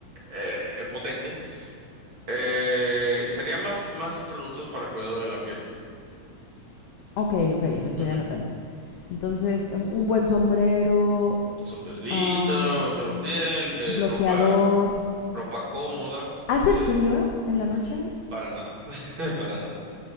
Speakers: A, on the right; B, on the left.
A: eh, es potente. Eh, sería más, más productos para cuidado de la piel.
B: Ok, ok, lo estoy
A: Ujú.
B: anotando. Entonces, un, un buen sombrero,
A: Sombrerito,
B: am,
A: eh, pa- piel, eh,
B: bloqueador.
A: ropa, ropa cómoda.
B: ¿Hace
A: eh,
B: frío en la noche?
A: n- para nada, <laughs> para nada.